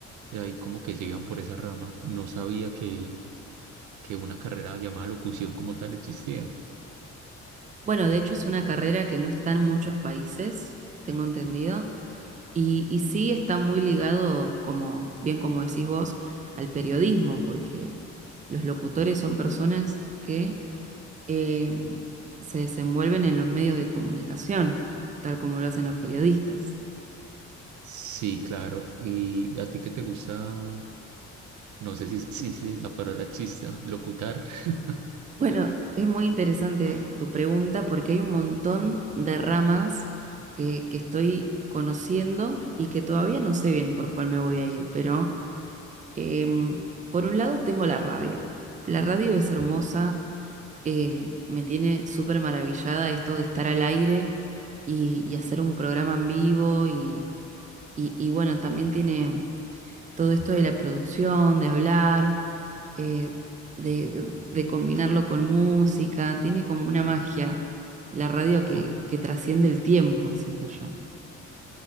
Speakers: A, on the right (about 75°); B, on the right (about 25°).
A: y ahí como que se iban por esa rama. No sabía que, que una carrera llamada locución como tal existía.
B: Bueno, de hecho es una carrera que no está en muchos países, tengo entendido, y, y sí está muy ligado, como bien como decís vos, al periodismo, porque los locutores son personas que eh, se desenvuelven en los medios de comunicación, tal como lo hacen los periodistas.
A: Sí, claro. ¿Y a ti qué te gusta? No sé si, si, si la palabra chista, locutar. <laughs>
B: Bueno, es muy interesante tu pregunta porque hay un montón de ramas que, que estoy conociendo y que todavía no sé bien por cuál me voy a ir, pero eh, por un lado tengo la radio. La radio es hermosa, eh, me tiene súper maravillada esto de estar al aire y, y hacer un programa en vivo y, y, y bueno, también tiene todo esto de la producción, de hablar, eh, de, de combinarlo con música, tiene como una magia la radio que,
A: Oh,
B: que trasciende el tiempo, siento yo.